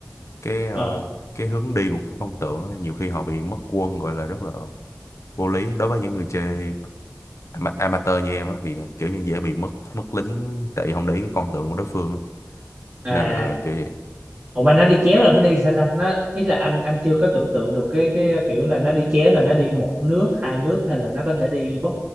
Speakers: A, on the left; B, on the right.
A: cái ờ,
B: ờ
A: cái hướng đi của cái con tượng á, nhiều khi họ bị mất quân gọi là rất là vô lý đối với những người chơi ama- amateur như em á thì à, kiểu như dễ bị mất mất lính tại vì không để ý cái con tượng của đối phương á.
B: à
A: nên là kiểu gì
B: ủa mà nó đi chéo là nó đi sao ta nó ý là anh anh chưa có tưởng tượng được cái cái kiểu là nó đi chéo là nó đi một nước hai nước hay là nó có thể đi bất